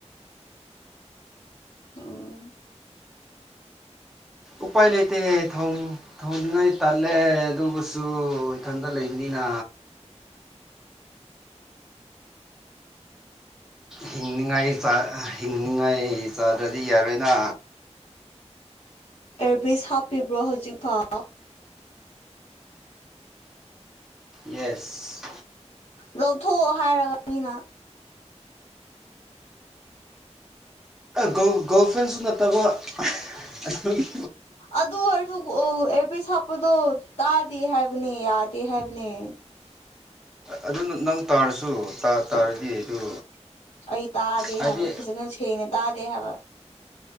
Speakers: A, on the left; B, in the centre.
A: ꯎꯝ
B: ꯎꯄꯥꯏ ꯂꯩꯇꯦ ꯊꯣꯡꯅꯤꯡꯉꯥꯏ ꯇꯜꯂꯦ ꯑꯗꯨꯕꯨꯁꯨ ꯏꯊꯟꯇ ꯂꯩꯕꯅꯤꯅ
A: <unintelligible>
B: ꯍꯤꯡꯅꯤꯡꯉꯥꯏ ꯍꯤꯡꯅꯤꯡꯉꯥꯏ ꯆꯥꯗ꯭ꯔꯗꯤ ꯌꯥꯔꯣꯏꯅ
A: ꯑꯦꯔꯕꯤꯁ ꯍꯥꯞꯄꯤꯕ꯭ꯔꯣ ꯍꯧꯖꯤꯛꯐꯥꯎ
B: ꯌꯦꯁ
A: ꯂꯧꯊꯣꯛꯑꯣ ꯍꯥꯏꯔꯒ ꯃꯤꯅ
B: ꯒꫭ ꯒꯣꯐꯦꯟꯁꯨ ꯅꯠꯇꯕ ꯑꯗꯨꯒꯤ
A: ꯑꯗꯨꯑꫭꯏꯖꯨ ꯑꫭ ꯕꯗꯣ ꯇꯥꯗꯦ ꯍꯥꯏꯕꯅꯤ ꯌꯥꯗꯦ ꯍꯥꯏꯕꯅꯤ
B: ꯑꯗꯨꯅ ꯅꯪ ꯇꯥꯔꯁꯨ ꯇꯥ ꯇꯥꯔꯗꯤ ꯑꯗꯨ
A: ꯑꯩ ꯇꯥꯗꯦ
B: ꯍꯥꯏꯗꯤ
A: ꯍꯥꯏꯕ ꯐꯖꯅ ꯁꯦꯡꯅ ꯇꯥꯗꯦ ꯍꯥꯏꯕ